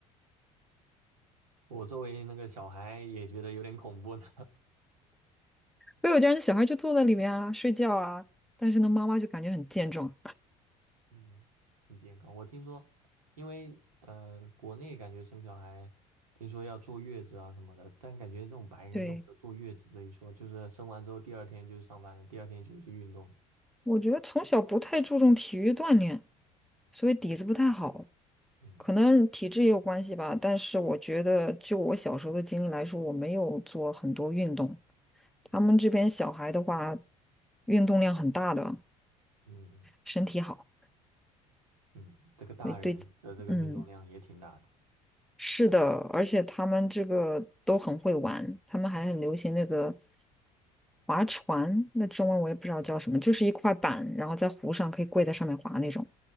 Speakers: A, on the right; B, in the centre.
A: 我作为那个小孩也觉得有点恐怖呢。
B: 可有劲儿，那小孩就坐在里面啊，睡觉啊，但是呢，妈妈就感觉很健壮。
A: 嗯，很健康。我听说，因为呃，国内感觉生小孩，听说要坐月子啊什么的，但感觉那种白人都没有坐月子这一说，
B: 对，
A: 就是生完之后第二天就是上班了，第二天就去运动。
B: 我觉得从小不太注重体育锻炼，所以底子不太好，
A: 嗯
B: 可能体质也有关系吧。但是我觉得，就我小时候的经历来说，我没有做很多运动。他们这边小孩的话，运动量很大的，
A: 嗯
B: 身体好，
A: 嗯，这个大人的这个运动量也挺大的
B: 对对，嗯，是的，而且他们这个都很会玩，他们还很流行那个划船，那中文我也不知道叫什么，就是一块板，然后在湖上可以跪在上面划那种。